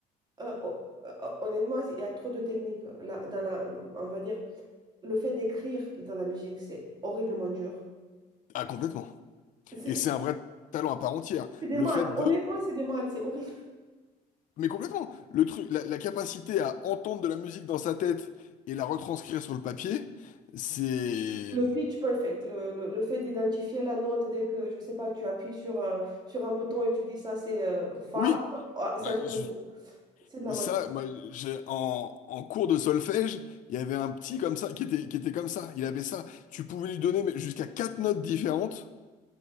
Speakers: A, on the right; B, on the left.
A: Euh, oh, euh, oh, honnêtement, c'est- il y a trop de techniques euh, là, dans la, on va dire. le fait d'écrire dans la musique, c'est horriblement dur.
B: Ah, complètement.
A: C'est
B: Et c'est un vrai talent à part entière.
A: c'est des
B: Le
A: maths.
B: fait de...
A: Honnêtement, c'est des maths. C'est horrible.
B: Mais complètement. Le truc, la, la capacité à entendre de la musique dans sa tête et la retranscrire sur le papier, c'est...
A: Le pitch perfect, le, le- le fait d'identifier la note dès que, je sais pas, tu appuies sur un, sur un bouton et tu dis ça, c'est euh, fa,
B: Oui.
A: ah, c'est
B: Bah,
A: un truc
B: je-
A: de fou. C'est de la magie.
B: Ça, moi, j'ai en, en cours de solfège, il y avait un petit comme ça qui était qui était comme ça. Il avait ça. Tu pouvais lui donner mais, jusqu'à quatre notes différentes